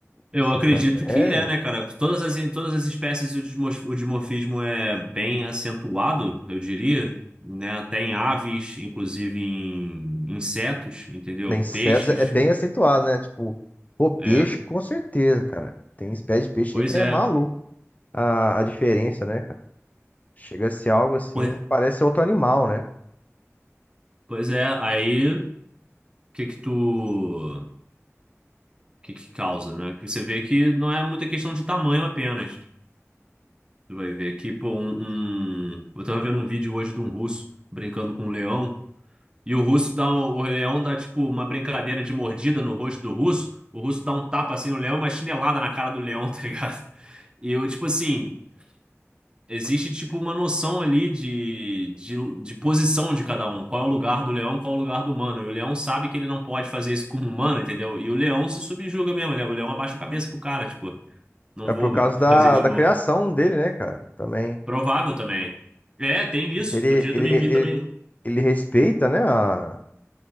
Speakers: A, on the right (about 20°); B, on the left (about 30°).
A: Eu
B: nos chimpanzés.
A: acredito que é, né, cara? Todas as, todas as espécies o desmos- o dimorfismo é bem acentuado, eu diria, né? Até em aves, inclusive em insetos, entendeu?
B: Nem insetos
A: Peixes,
B: é bem acentuado, né? Tipo, pô, peixe,
A: é.
B: com certeza, cara. Tem espécie de peixe
A: Pois
B: aí que é
A: é.
B: maluco a, a diferença, né, cara? Chega a ser algo assim,
A: Pois,
B: parece outro animal, né?
A: pois é. Aí, o que que tu... O que que causa, né? Que você vê que não é muita questão de tamanho apenas. Tu vai ver que, pô, um... um- Eu tava vendo um vídeo hoje de um russo brincando com um leão E o russo dá um- o leão dá tipo uma brincadeira de mordida no rosto do russo. O russo dá um tapa assim no leão, e uma chinelada na cara do leão, <laughs> tá ligado? E eu, tipo assim, existe tipo uma noção ali de, de, de posição de cada um. Qual é o lugar do leão, qual é o lugar do humano. E o leão sabe que ele não pode fazer isso como humano, entendeu? E o leão se subjuga mesmo. ele- O leão abaixa a cabeça pro cara, tipo, não
B: É
A: vou
B: por causa
A: <laughs> fazer
B: da,
A: de
B: da
A: novo.
B: criação dele, né, cara? Também.
A: Provável também. É, tem isso.
B: Porque ele,
A: Outro dia
B: ele,
A: eu também
B: ele,
A: vi também
B: ele respeita, né, a,